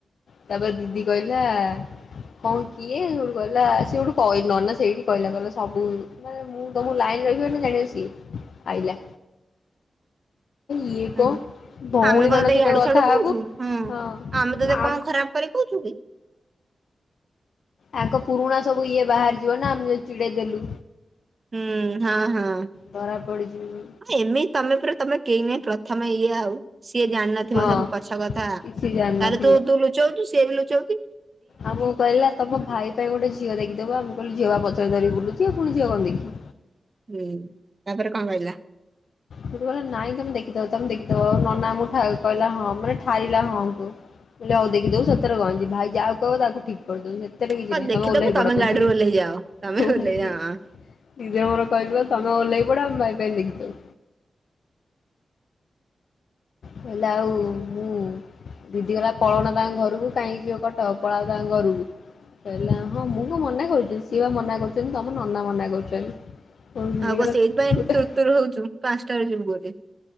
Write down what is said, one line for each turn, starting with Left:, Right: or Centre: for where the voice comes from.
Left: ତାପରେ ଦିଦି କଇଲା ହଁ କିଏ ସେଉଠୁ କହିଲା ସେଉଠୁ କଇ ନନା ସେଇଠି କହିଲା କହିଲା ସବୁ ମାନେ ମୁଁ ତୋମକୁ ଲାଇନ୍‌ ରହିବନି ଜାଣିବ ସିଏ ଆଇଲା। ଇଏ କଣ
Right: ହୁଁ,
Left: ଭଉଣୀ
Right: ଆମେ କଣ
Left: ମାନଙ୍କ
Right: ତେ
Left: ସହିତ
Right: ୟାଡୁ
Left: କଥା
Right: ସାଡୁ କହୁଛୁ?
Left: ହବୁ
Right: ହୁଁ,
Left: ହଁ
Right: ଆମେ ତୋତେ
Left: ଆମ
Right: କଣ ଖରାପ କରି କହୁଛୁ କି?
Left: ଆଗ ପୁରୁଣା ସବୁ ଇଏ ବାହାରି ଯିବ ନା ଆମେ ଯୋଉ ଚିଡେଇ ଦେଲୁ।
Right: ହୁଁ, ହଁ, ହଁ
Left: ଧରା ପଡିଯିବୁ।
Right: ଏମିତି ତୋମେ ପୁରା ତୋମେ କେହି ନାଇ ପ୍ରଥମେ ଇଏ ଆଉ ସିଏ ଜାଣିନଥିବ
Left: ହଁ
Right: ସବୁ ପଛ କଥା
Left: କିଛି ଜାଣିନଥିବ।
Right: ତାର ତୁ ତୁ ଲୁ ଚଉଚୁ, ସିଏ ବି ଲୁଚଉଚି।
Left: ଆମକୁ କହିଲା ତୋମ ଭାଇ ପାଇଁ ଗୋଟେ ଝିଅ ଦେଖିଦବ। ଆମେ କହିଲୁ ଝିଆ ବା ପଛରେ ଧରି ବୁଲୁଚି ଆଉ। ପୁଣି ଝିଅ କଣ ଦେଖିବ?
Right: ହୁଁ, ତାପରେ କଣ କହିଲା?
Left: ସେ କହିଲା ନାଇଁ ତୋମେ ଦେଖିଦବ, ତୋମେ ଦେଖିଦବ, ନନା ମୁଁ ଥାଉ କହିଲା ହଁ ପୁରା ଠାରିଲା ହଁ କ ହିଲା ହଉ ଦେଖିଦବୁ ସେଥିରେ କଣ ଅଛି, ଭାଇ ଯାହାକୁ କହିବ ତାକୁ ଠିକ୍ କରିଦବୁ ସେ ତେବେ କିଛି
Right: କଣ
Left: ନି
Right: ଦେଖିଦବୁ
Left: ତୋମେ ଓହ୍ଲେଇପଡ
Right: ତମେ
Left: ପଛରୁ,
Right: ଗାଡିରୁ ଓହ୍ଲେଇ ଯାଅ ତମେ
Left: <inaudible>
Right: ଓହ୍ଲେଇ ଯାଅ
Left: ନିଜେ ମୋର ସାଇଡ୍ ର ତୋମେ ଓହ୍ଲେଇ ପଡ ଆମେ ଭାଇ ପାଇଁ ଦେଖିଦବୁ। ହେଲେ ଆଉ ମୁଁ ଦିଦି କହିଲା ପଳଉନ ତାଙ୍କ ଘରକୁ କାହିଁକି ଯିବ କଟକ ପଳାଅ ତାଙ୍କ ଘରକୁ। କଇଲା ହଁ ମୁଁ କଣ ମନା କରୁଚି, ସିଏ ପା ମନା କରୁଚନ୍ତି। ତୋମ ନନା ମନା କରୁଛନ୍ତି। ପୁଣି ଦିଦି
Right: ଆଉ କଣ
Left: କହିଲା
Right: ସେଇଥିପାଇଁ ଏମ
Left: ତୁ ତା
Right: ତୁରୁତୁରୁ ହଉଚୁ ପାନ୍ସଟାରେ ଯିବୁ ବୋଲି।